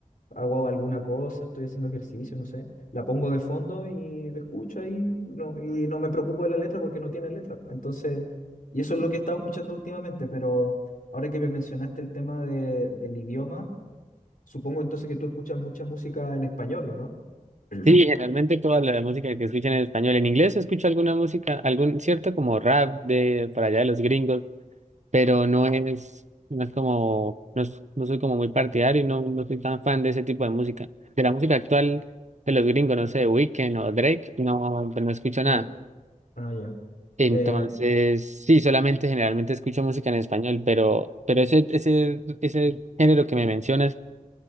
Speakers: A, on the left (about 80°); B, on the right (about 60°).
A: hago alguna cosa, estoy haciendo ejercicio, no sé, la pongo de fondo y escucho ahí, no, y no me preocupo de la letra porque no tiene letra. Entonces, y eso es lo que he estado escuchando últimamente, pero ahora que me mencionaste el tema de- del idioma, supongo entonces que tú escuchas mucha música en español, ¿o no? <clears throat>
B: Sí, generalmente toda la música que escuchan en español. En inglés escucho alguna música, algún cierto como rap de para allá de los gringos, pero no es, no es como, no, es- no soy como muy partidario y no, no soy tan fan de ese tipo de música. De la música actual de los gringos, no sé, Weekend o Drake, no, pues no escucho
A: No,
B: nada.
A: ah, ya.
B: Entonces,
A: Eh,
B: sí, solamente generalmente escucho música en español, pero, pero ese, ese, ese género que me mencionas